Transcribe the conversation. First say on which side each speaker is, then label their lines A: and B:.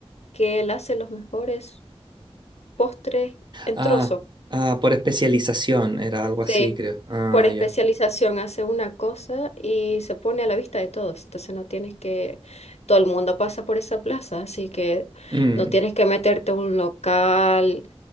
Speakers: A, on the left; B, on the right.
A: que él hace los mejores postres en
B: Ah,
A: trozos.
B: ah, por especialización era algo
A: Sí,
B: así, creo. Ah,
A: por especialización
B: ya.
A: hace una cosa y se pone a la vista de todos. Entonces no tienes que, todo el mundo pasa por esa plaza, así que
B: Mm.
A: no tienes que meterte a un local